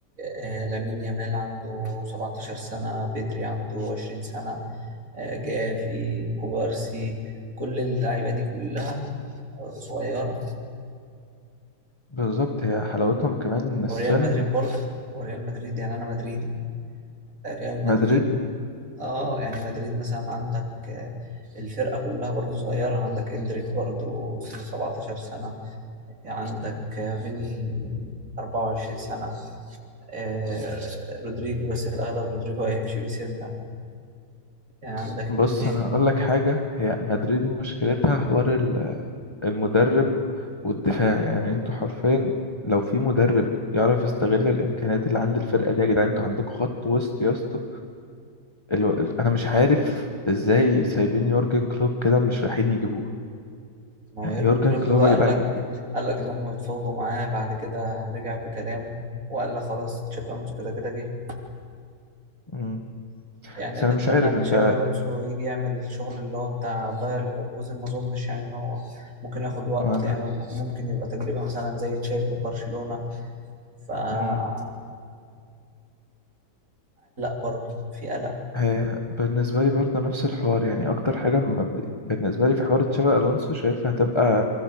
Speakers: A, on the right; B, on the left.
A: آه، لامين يامال عنده 17 سنة بدري عنده 20 سنة آه، جافي كوبارسي كل اللعيبة دي كلها آه، صغيرة
B: بالظبط هي حلاوتهم كمان إن
A: وريال
B: السن
A: مدريد برضه وريال مدريد يعني أنا مدريدي ريال مدريد
B: مدريد
A: اه يعني مدريد مثلا عندك آه، الفرقة كلها برضه صغيرة عندك إندريك برضه 17 سنة عندك آه، فيني 24 سنة آه، رودريجو بس في الأغلب رودريجو هيمشي ويسيبنا يعني عندك
B: بص
A: مين تاني
B: انا اقول لك حاجه هي مدريد مشكلتها حوار ال- المدرب والدفاع يعني انتوا حرفيا لو في مدرب يعرف يستغل الامكانيات اللي عند الفرقه دي يا جدعان انتوا عندكم خط وسط يا اسطى الو- ال- انا مش عارف ازاي سايبين يورجن كلوب كده مش رايحين يجيبوه
A: ما
B: يعني
A: هو يورجن
B: يورجن
A: كلوب
B: كلوب
A: بقى
B: يا جدعان
A: قال لك قال لك ان هم اتفاوضوا معاه بعد كده رجع في كلامه وقال لك خلاص تشافي الونسو كده كده جه
B: مم.
A: يعني
B: بس
A: انا
B: انا مش
A: اتمنى
B: عارف
A: ان
B: انت
A: تشافي الونسو يجي يعمل الشغل اللي هو بتاع باير ليفركوزن ما اظنش يعني ان هو ممكن ياخد وقت
B: ما انا
A: يعني ممكن يبقى تجربة مثلا زي تشافي في برشلونة فقلق
B: مم.
A: برضه في قلق
B: هي بالنسبة لي برضه نفس الحوار يعني أكتر حاجة م- بالنسبة لي في حوار تشابي ألونسو شايفها هتبقى